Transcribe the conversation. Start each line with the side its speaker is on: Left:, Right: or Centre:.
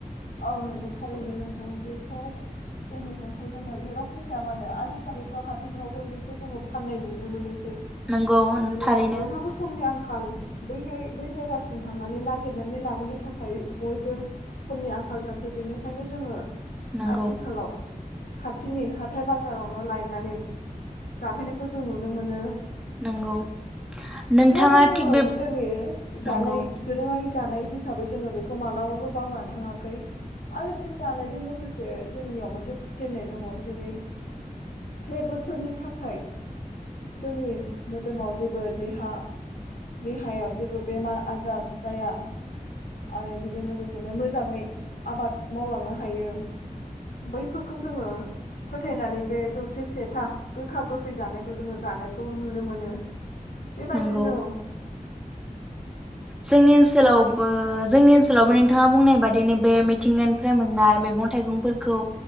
Left: औ नोंगौ थारैनो नोंथां बेखौ बे मैगंखौ जोङो जेराव खिथाया मानो आजिखालिथ' हाथायफ्रावबो बेखौ जोङो फाननाय नुनो मोनो
Centre: नंगौ
Left: माने
Centre: थारैनो
Left: बयहाबो समनि आ आंखाल बैहाय बै जायगासिम थांनानै नागिरनानै लाबोनो थाखाय बयबो समनि आं आंखाल जासै बेनिखायनो जोङो
Centre: नंगौ
Left: आथिखालाव खाथिनि हाथाय बाजारावनो लायनानै जाफैनायखौ जों नुनो मोनो
Centre: नंगौ नोंथाङा
Left: थेवबो जोङो
Centre: थिग बे
Left: गोदोनि जानाय
Centre: नंगौ
Left: दोरोङारि जानाय हिसाबै जोङो बेखौ मालाबाबो बावनानै थाङा खैर आरो बे जानायजों लोगोसे जोंनियाव मोनसे फोथायनाय दङ जेरै से बोसोरनि थाखाय जोंनि मोदोमाव जेबो देहा देहायाव जेबो बेमार आजार जाया आरो बेजों लोगोसेनो मोजाङै आबाद मावलांनो हायो बैफोरखौ जोङो फोथायनानै बे जौसे सेथा गोखा गोखै जानायखौ जोङो जानायखौ नुनो मोनो बे बादिनो
Centre: नंगौ जोंनि ओनसोलावबो जोंनि ओनसोलावबो नोंथाङा बुंनाय बादिनो बे मिथिंगानिफ्राय मोननाय मैगं थाइगंफोरखौ